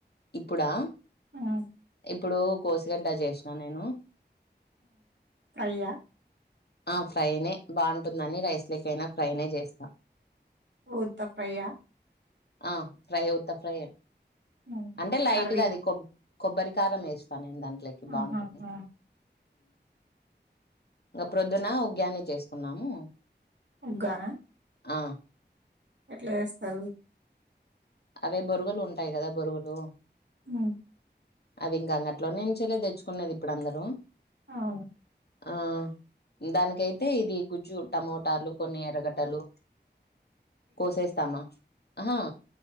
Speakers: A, on the left (about 65°); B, on the right (about 80°).
A: ఇప్పుడా
B: ఉమ్,
A: ఇప్పుడు కోసిగడ్డ చేసినా నేను
B: ఫ్రై ఆ
A: ఆ ఫ్రై నే బాగుంటుందని రైస్ లేకయినా ఫ్రైనే చేస్తాం
B: ఓత ఫ్రై ఆ
A: ఆ ఫ్రై అవుతా ఫ్రై అ
B: ఉమ్.
A: అంటే లైట్గా
B: కర్రీ
A: అది కొబ్ కొబ్బరి కారం వేస్తా నేను దాంట్లోకి
B: ఆహా
A: బాగుంటుంది
B: ఆ.
A: ఇంకా ప్రొద్దున ఉగాయాన్ని చేసుకున్నాము
B: ఊగన
A: ఆ
B: ఎట్ల చేస్తారు
A: అవే బొరుగులు ఉంటాయి కదా బొరుగులు
B: మ్ము
A: అవి ఇంకా అంగట్లోనేనుంచలే తెచ్చుకునేది ఇప్పుడు అందరూ
B: అవును
A: ఆ దానికైతే ఇది గుజ్జు టమోటాలు కొన్ని ఎరగడలు కోసేస్తామా ఆహా